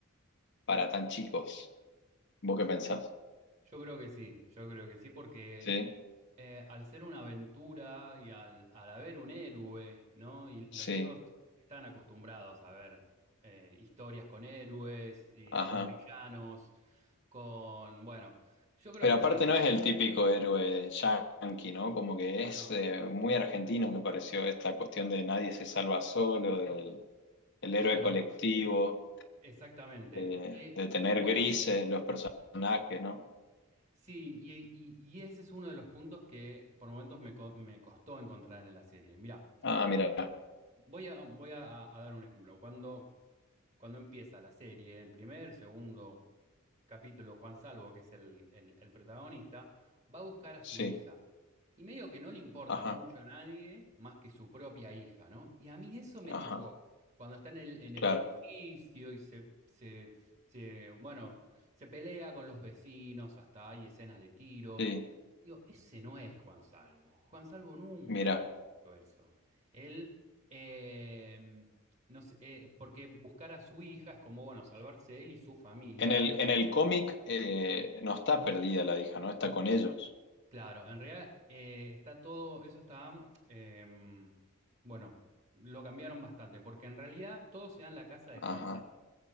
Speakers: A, on the left; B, on the right.
A: para tan chicos. ¿Vos qué pensás?
B: Yo creo que sí, yo creo que sí, porque
A: Sí,
B: eh, al ser una aventura y al, al haber un héroe, ¿no? Y los
A: sí,
B: chicos están acostumbrados a ver eh, historias con héroes, y
A: ajá.
B: con villanos, con... Bueno, yo creo
A: Pero
B: que
A: aparte
B: sí,
A: no es el típico héroe yanqui, ¿no? Como que es
B: ¿no?
A: eh, muy argentino, me pareció, esta cuestión de nadie se salva solo, del el
B: Claro,
A: héroe colectivo.
B: exactamente.
A: de,
B: Que,
A: de tener
B: bueno,
A: grises los personajes, ¿no?
B: sí, y, y- y ese es uno de los puntos que por momentos me, co- me costó encontrar en la serie. Mirá.
A: Ah, mira,
B: Voy a, voy a, a dar un ejemplo. Cuando, cuando empieza la serie, en primer, segundo capítulo, Juan Salvo, que es el, el- el protagonista, va a buscar a
A: sí,
B: su hija. Y medio que no le importa
A: ajá,
B: mucho a nadie más que su propia hija, ¿no? Y a mí eso me
A: ajá,
B: chocó. Cuando está en el, en el
A: claro,
B: edificio y se, se, se, bueno, se pelea con los vecinos, hasta hay escenas de tiros.
A: sí,
B: Digo, ese no es Juan Salvo. Juan Salvo nunca
A: mira.
B: hubiese hecho eso. Él, eh, no sé, eh, porque buscar a su hija es como, bueno, salvarse él y su familia.
A: En el, en el cómic eh, no está perdida la hija, ¿no? Está con ellos.
B: Claro, en realidad eh, está todo, eso está, em, bueno, lo cambiaron bastante, porque en realidad todo se da en la casa de Juan
A: Ajá,
B: Salvo.